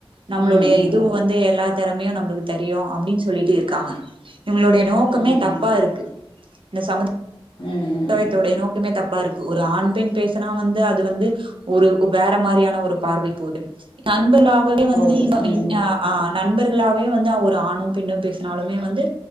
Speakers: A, on the right (about 60°); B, on the left (about 55°).
A: நம்பளுடைய
B: ம் ம் ம்
A: இதுவு வந்து எல்லா திறமையு நம்பளுக்கு தெரியு அப்டின்னு சொல்லீட்டு இருக்காங்க இவங்களோடைய நோக்கமே
B: ம் ம்
A: தப்பா இருக்கு இந்த சமுதா
B: ம் ம்
A: யத்தோட
B: ம்
A: நோக்கமே தப் பா இருக்கு ஒரு ஆண் பெண் பேசனா வந்து அது வந்து ஒரு வேற மாரியான ஒரு பார்வை போது நண்பர்களாகவே வந்து
B: போது
A: இன்ன
B: ம்
A: இன் ஆ ஆ நண்பர் நல்லாவே வந்து அவ ஒரு ஆணும் பெண்ணும் பேசினாலுமே வந்து